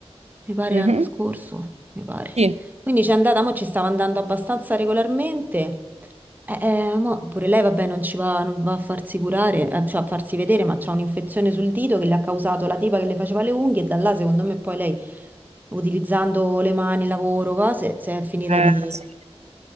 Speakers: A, on the right; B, on the right.
A: mi pare
B: Mhm.
A: l'anno scorso, mi pare.
B: Sì.
A: Quindi c'è andata, mo ci stava andando abbastanza regolarmente. Eh, eh, mo pure lei, vabbè, non ci va, non va a farsi curare, eh, cioè a farsi vedere, ma c'ha un'infezione sul dito che le ha causato la tipa che le faceva le unghie e da là, secondo me, poi lei, utilizzando le mani, lavoro, cose, si è finita
B: Eh,
A: di...
B: sì,